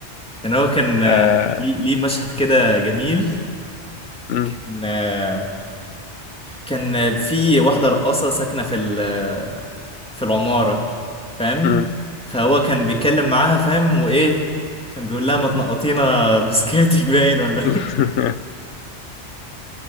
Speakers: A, in the centre; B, on the left (about 85°).
A: يعني هو كان آه،
B: امم
A: ليه ليه مشهد كده جميل
B: مم.
A: كان آه، كان، آه، في واحدة رقاصة ساكنة في ال- آه، في العمارة فاهم
B: مم.
A: فهو كان بيتكلم معاها فاهم وايه كان بيقول لها ما تنقطينا بسكاتك باين ولا <laughs>
B: <laughs>